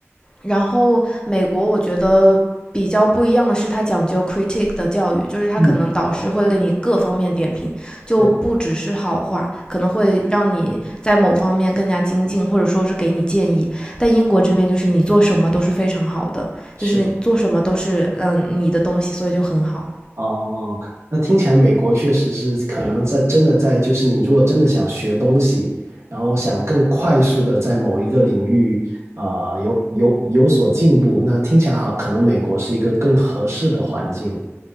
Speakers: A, on the left (about 15°); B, on the right (about 65°).
A: 然后美国我觉得比较不一样的是，它讲究 c r i t i c 的教育，
B: <laughs>
A: 就是它可能导师会给你各方面点评，
B: 嗯，
A: 就不只是好话，
B: 对，
A: 可能会让你在某方面更加精进，或者说是给你建议。但英国这边就是你做什么都是非常好的，
B: 是。
A: 就是做什么都是嗯、呃你的东西，所以就很好。
B: 哦，那听起来美国确实是可能在真的在，就是你如果真的想学东西，然后想更快速的在某一个领域啊、呃有有有所进步，那听起来好，可能美国是一个更合适的环境。